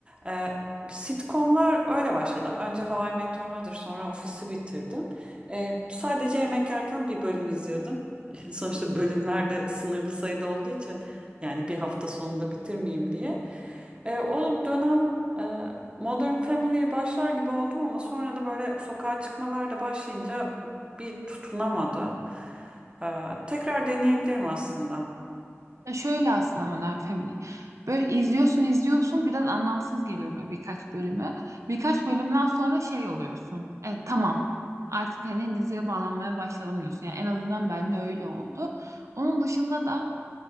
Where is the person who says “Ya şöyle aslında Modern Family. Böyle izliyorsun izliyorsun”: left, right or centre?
Right